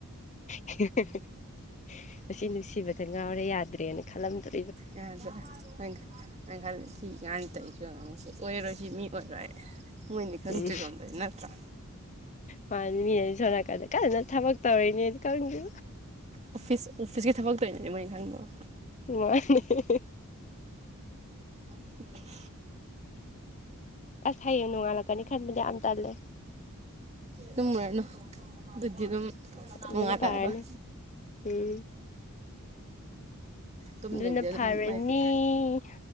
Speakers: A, on the left; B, on the right.
A: ꯍꯦ ꯍꯦ ꯃꯁꯤ ꯅꯨꯡꯁꯤꯕꯗ ꯉꯥꯎꯔꯦ ꯌꯥꯗ꯭ꯔꯦꯅ ꯈꯜꯂꯝꯗꯣꯢꯅꯦ
B: ꯌꯥꯗ꯭ꯔꯦ ꯍꯣꯏꯅꯦ ꯑꯩꯅ ꯍꯥꯏꯕꯗꯤ ꯁꯤ ꯑꯉꯥꯡꯁꯤ ꯇꯧꯏꯁꯤ ꯌꯦꯡꯉꯨꯁꯤ ꯑꯣꯏꯔꯔꯣꯏ ꯁꯤ ꯃꯤ ꯑꯣꯏꯔꯣꯏ ꯃꯣꯏꯅꯗꯤ ꯈꯟꯗ꯭ꯔꯤ
A: ꯎꯝ
B: ꯁꯣꯝꯗ ꯅꯠꯇ꯭ꯔꯥ
A: ꯃꯥꯅꯤ ꯃꯤꯅꯗꯤ ꯁꯣꯝꯅꯥꯀꯟꯗ ꯀꯟꯅ ꯊꯕꯛ ꯇꯧꯔꯤꯅꯦꯗꯤ ꯈꯪꯗꯦ
B: ꯑꯣꯐꯤꯁ ꯑꯣꯐꯤꯁꯀꯤ ꯊꯕꯛ ꯇꯧꯔꯤꯅꯤꯗꯤ ꯃꯣꯏꯅ ꯈꯪꯗꯕ
A: ꯃꯥꯅꯦ ꯍꯦ ꯍꯦ ꯍꯦ
B: <inaudible>
A: ꯑꯁ ꯍꯌꯦꯡ ꯅꯣꯡꯉꯥꯜꯂꯛꯀꯅꯤ ꯈꯟꯕꯗ ꯌꯥꯝ ꯇꯜꯂꯦ
B: ꯇꯨꯝꯃꯨꯔꯅꯨ ꯑꯗꯨꯗꯤ ꯑꯗꯨꯝ
A: ꯑꯗꯨꯅ
B: ꯅꯨꯡꯉꯥꯟꯂꯛꯑꯔꯣꯏ
A: ꯐꯔꯅꯤ ꯎꯝ
B: ꯇꯨꯝꯗꯕꯤꯗ
A: ꯑꯗꯨꯅ
B: ꯑꯗꯨꯝ
A: ꯐꯔꯅꯤ
B: ꯉꯥꯏꯕ